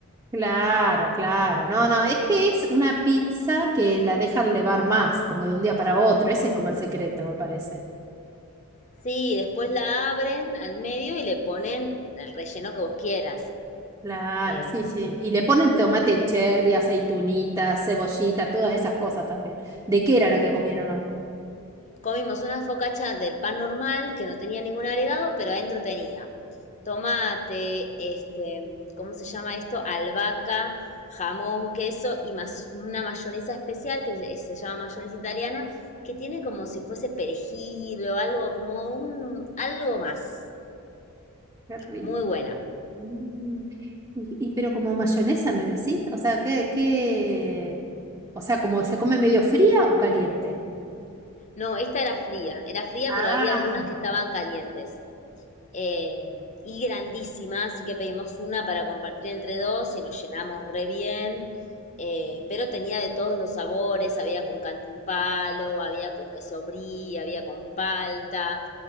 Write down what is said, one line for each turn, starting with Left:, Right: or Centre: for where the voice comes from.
Right: Claro, claro. No, no, es que es una pizza que la dejan levar más, como de un día para otro. Ese es como el secreto, me parece.
Left: Sí, después la abren al medio y le ponen el relleno que vos quieras.
Right: Claro,
Left: Eh,
Right: sí, sí. Y le ponen tomate cherry, aceitunita, cebollita, todas esas cosas también. ¿De qué era la que comieron hoy?
Left: Comimos una focacha del pan normal que no tenía ningún agregado, pero adentro tenía tomate, este, ¿cómo se llama esto? Albahaca, jamón, queso y más una mayonesa especial que se llama mayonesa italiana, que tiene como si fuese perejil o algo, como un, algo más.
Right: Qué rico.
Left: Muy buena.
Right: Mm, y, y pero como mayonesa, ¿me decís? O sea, ¿qué, qué? O sea, ¿como se come medio fría o caliente?
Left: No, esta era fría, era fría,
Right: Ah,
Left: pero había algunas que estaban calientes. eh, y grandísima, así que pedimos una para compartir entre dos y nos llenamos re bien. eh, pero tenía de todos los sabores, había con cantimpalo, había con queso brie, había con palta,